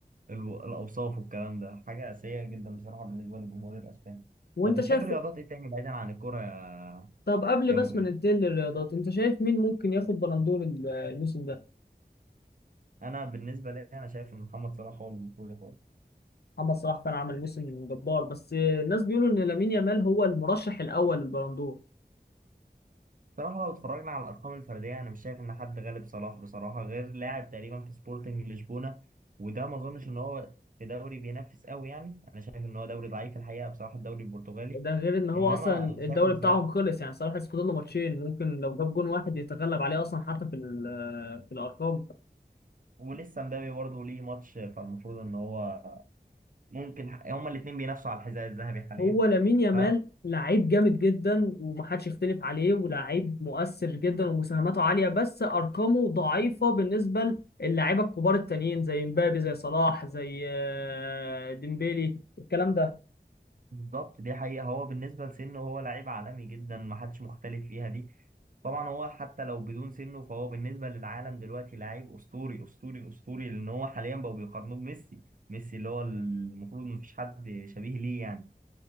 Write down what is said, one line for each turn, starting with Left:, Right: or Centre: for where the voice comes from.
Right: ال- الأوصاف والكلام ده حاجة سيئة جدا بصراحة بالنسبة للجمهور الأسباني
Left: وانت
Right: طب بتحب
Left: شايف
Right: رياضات إيه تاني بعيدا عن الكورة يا
Left: طب قبل
Right: يا
Left: بس
Right: مؤمن؟
Left: ما ننتقل للرياضات انت شايف مين ممكن ياخد بلندور الموسم ده
Right: انا بالنسبه لي انا شايف ان محمد صلاح هو اللي المفروض ياخدها
Left: محمد صلاح كان عمل موسم جبار بس الناس بيقولوا ان لامين يامال هو المرشح الاول للبلندور
Right: صراحه لو اتفرجنا على الارقام الفرديه انا مش شايف ان حد غالب صلاح بصراحه غير لاعب تقريبا في سبورتنج لشبونه وده ما اظنش ان هو في دوري بينافس قوي يعني انا شايف ان هو دوري ضعيف الحقيقه بصراحه الدوري البرتغالي
Left: ده غير ان هو
Right: انما
Left: اصلا الدوري
Right: انا شايف ان
Left: بتاعهم
Right: صلاح
Left: خلص يعني صلاح لسه فاضل له ماتشين ممكن لو جاب جون واحد يتغلب عليه اصلا حتى في ال- في الارقام
Right: ولسه مبابي برضه ليه ماتش فالمفروض ان هو ممكن ح- هما الاثنين بينافسوا على الحذاء الذهبي حاليا
Left: هو لامين يامال
Right: ف-
Left: لعيب جامد جدا ومحدش يختلف عليه ولاعيب مؤثر جدا ومساهماته عالية بس أرقامه ضعيفة بالنسبة للاعيبة الكبار التانيين زي مبابي زي صلاح زي آه، ديمبيلي الكلام ده
Right: بالظبط دي حقيقة هو بالنسبة لسنه هو لعيب عالمي جدا محدش مختلف فيها دي طبعا هو حتى لو بدون سنه فهو بالنسبة للعالم دلوقتي لعيب أسطوري أسطوري أسطوري لأن هو حاليا بقوا بيقارنوه بميسي ميسي اللي هو المفروض مفيش حد شبيه ليه يعني